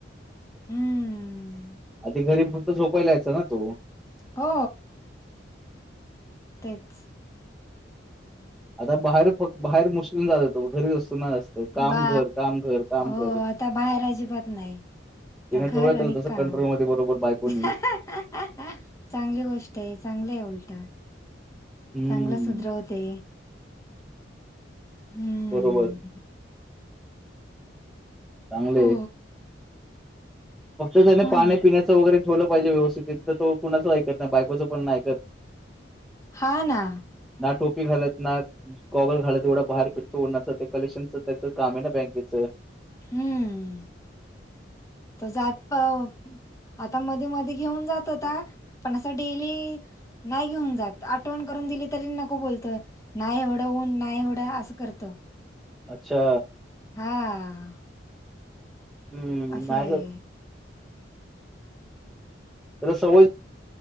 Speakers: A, on the left (about 15°); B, in the centre.
A: हा आ.
B: आधी घरी फक्त झोपायला यायचा ना तो.
A: हो. तेच.
B: आता बाहेर फक् बाहेर मुस्लिम जात तो घरीच असतो. ना जास्त काम
A: बा
B: घर काम घर काम
A: हो
B: घर
A: आता बाहेर अजिबात नाही.
B: तिनं
A: आ घर
B: ठेवलं त्याला
A: आणि
B: तसं
A: काम,
B: कंट्रोलमध्ये बरोबर बायकोनी
A: चांगली गोष्ट आहे चांगलय उलट. <unintelligible>
B: हम्म
A: चांगलं सुधरवते. हम्म
B: बरोबर. चांगले
A: हो.
B: फक्त त्याने
A: हो
B: पाण्या
A: ना
B: पिण्याचं वगैरे ठेवलं पाहिजे, व्यवस्थित तर तो कुणाच ऐकत नाही बाय कोच पण नाही ऐकत.
A: हा ना.
B: टोपी घालत ना, गॉगल घालत एवढं बाहेर फिरतो उन्हाचं कलेक्शनच त्याच काम आहे ना बँकेचं.
A: हम्म. तो जातो. आता मध्ये मध्ये घेऊन जात होता, पण असं डेली नाही घेऊन जात, आठवण करून दिले तरी नको बोलतो, नाही एवढं ऊन नाही एवढं असं करतो.
B: अच्छा
A: हा.
B: हम्म
A: असं
B: नाही
A: आहे.
B: जात त्याला सवय,